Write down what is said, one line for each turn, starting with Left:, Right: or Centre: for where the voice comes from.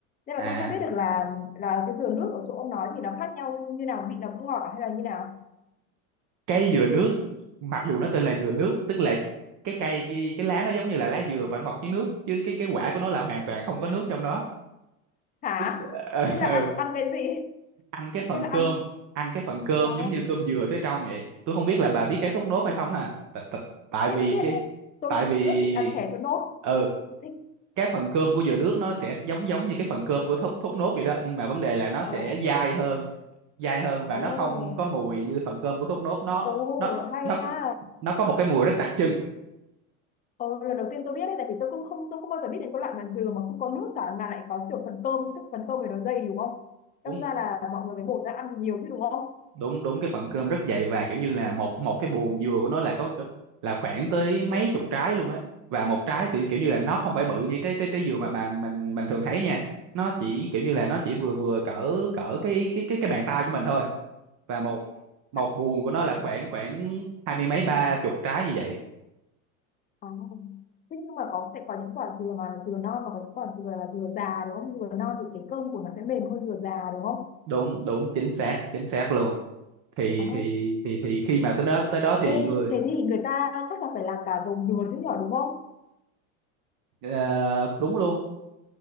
Left: nên
Right: à
Left: là tôi không biết được là là cái dừa nước ở chỗ ông nói thì nó khác nhau như nào vị nó cũng ngọt à hay là như nào
Right: cái dừa nước mặc dù nó tên là dừa nước tức là cái cây cái, cái lá nó giống như là lá dừa và nó mọc dưới nước chứ cái cái quả của nó là hoàn toàn không có nước trong đó
Left: hả
Right: Tức- ờ, <laughs>
Left: thế là
Right: ờ,
Left: ăn ăn cái gì
Right: ăn cái phần
Left: thế là
Right: cơm
Left: ăn
Right: ăn cái phần cơm
Left: à
Right: giống như cơm dừa phía trong vậy tôi không biết là bà biết cái thốt nốt hay không ha T- t- tại
Left: biết
Right: vì
Left: biết biết
Right: cái
Left: biết tôi
Right: tại vì
Left: rất thích ăn chè thốt nốt
Right: ừ
Left: rất thích
Right: cái phần cơm của dừa nước nó sẽ giống giống như cái phần cơm của thốt, thốt nốt vậy đó nhưng mà vấn đề là nó sẽ
Left: ồ
Right: dai hơn dai hơn và
Left: ồ
Right: nó không có mùi như phần cơm của thốt nốt nó
Left: ồ
Right: nó
Left: hay
Right: nó
Left: nha
Right: nó có một cái mùi rất đặc trưng
Left: ồ lần đầu tiên tôi biết đấy tại vì tôi cũng không tôi không bao giờ biết đến cái loại mà dừa mà không có nước cả mà lại có kiểu phần cơm chắc phần cơm này nó dày đúng không đâm
Right: đúng
Left: ra là mọi người mới bổ ra ăn nhiều chứ đúng không
Right: đúng đúng cái phần cơm rất dày và kiểu như là một một cái buồm dừa của nó là có có- là khoảng tới mấy chục trái luôn á và một trái thì kiểu như là nó không phải bự như trái trái trái dừa mà mà mình mình thường thấy nha nó chỉ kiểu như là nó chỉ vừa vừa cỡ cỡ cái cái cái cái bàn tay của mình thôi và một một
Left: à,
Right: buồng của nó
Left: à,
Right: là khoảng khoảng hai mươi mấy ba chục trái như vậy
Left: à. Thế nhưng mà có sẽ có những quả dừa mà dừa non và có những quả dừa là dừa già đúng không? Dừa non thì cái cơm của nó sẽ mềm hơn dừa già đúng không?
Right: đúng đúng chính xác chính xác luôn thì
Left: À.
Right: thì thì thì khi mà tới đó tới đó thì
Left: Ê,
Right: người
Left: thế thì người ta chắc là phải làm cả dầu dừa chứ nhỏ đúng không?
Right: ờ, đúng luôn